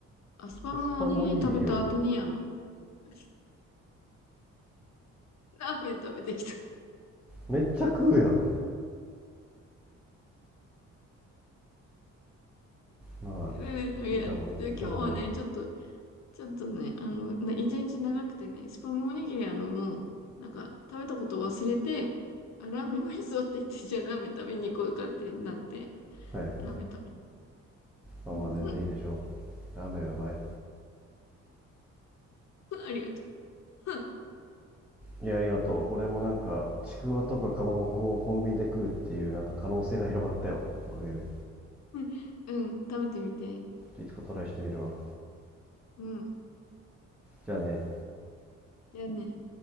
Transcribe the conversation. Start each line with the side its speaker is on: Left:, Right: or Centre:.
Left: アスパムおにぎり食べた後に、
Centre: エスパムおにぎりを。
Left: あの、<laughs> ラーメン食べてきた。
Centre: めっちゃ食うやん。まあ、
Left: で、ね、いや、
Centre: いいと思う、
Left: で、
Centre: いいと思うよ。
Left: 今日はね、ちょっと、ちょっとね、あの、な一日長くてね、スパムおにぎりあの、もう、なんか、食べたことを忘れて、あ、ラーメン美味しそうって言って、じゃあラーメン食べに行こうかってなって、
Centre: はいはいはい。
Left: ラーメン食べに
Centre: まあまあ、
Left: うん。
Centre: 全然いいでしょ
Left: <laughs>
Centre: う。ラーメンうまい。
Left: ありがとう。
Centre: いや、ありがとう。俺もなんか、ちくわとかかまぼこをコンビニで食うっていうなんか可能性が広がったよ。おかげで。
Left: うん。うん。食べてみて。
Centre: いつかトライしてみるわ。
Left: うん。
Centre: じゃあね。
Left: じゃあね。